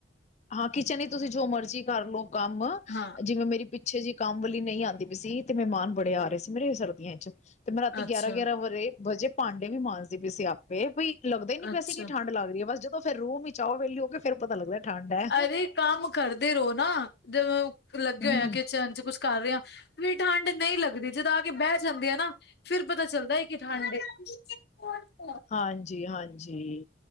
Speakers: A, on the left (about 35°); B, on the left (about 55°).
A: ਹਾਂ ਕਿਚਨ ਇਚ ਤੁਸੀਂ ਜੋ ਮਰਜ਼ੀ ਕਰ ਲੋ ਕੰਮ
B: ਹਾਂ
A: ਜਿਵੇਂ ਮੇਰੀ ਪਿੱਛੇ ਜੀ ਕੰਮ ਵਾਲੀ ਨਹੀਂ ਆਉਂਦੀ ਪਈ ਸੀ, ਤੇ ਮਹਿਮਾਨ ਬੜੇ ਆ ਰਹੇ ਸੀ ਮੇਰੇ ਸਰਦੀਆਂ ਚ ਤੇ ਮੈਂ ਰਾਤੀ
B: ਅੱਛਾ
A: ਗਿਆਰਾਂ-ਗਿਆਰਾਂ ਵਰੇ ਵਜੇ ਪਾਂਡੇ ਵੀ ਮਾਂਜਦੀ ਪਈ ਸੀ ਆਪੇ ਬਈ ਲੱਗਦਾ ਹੀ ਨਹੀਂ ਪਿਆ
B: ਅੱਛਾ
A: ਸੀ, ਕਿ ਠੰਢ ਲੱਗ ਰਹੀ ਹੈ, ਬਸ ਜਦੋਂ ਫਿਰ ਰੂਮ ਵਿਚ ਆਓ ਵੈਲੀ ਹੋ ਕੇ ਫਿਰ ਪਤਾ ਲੱਗਦਾ ਠੰਡ ਹੈ।
B: ਅਰੇ ਕੰਮ ਕਰਦੇ ਰਹੋ ਨਾ। ਜਿਵੇਂ ਲੱਗੇ
A: ਹੂੰ-ਹੂੰ
B: ਹੋਏ ਆ ਕਿਚਨ ਚ, ਕੁਛ ਕਰ ਰਹੇ ਆਂ ਵੀ ਠੰਡ ਨਹੀਂ ਲੱਗਦੀ। ਜਦ ਆ ਕੇ ਬਹਿ ਜਾਂਦੇ ਆ ਨਾ, ਫੇਰ ਪਤਾ ਚੱਲਦਾ ਐ ਕਿ ਠੰਡ ਏ। ਹੋਰ ਤੋ
A: ਹਾਂਜੀ ਹਾਂਜੀ।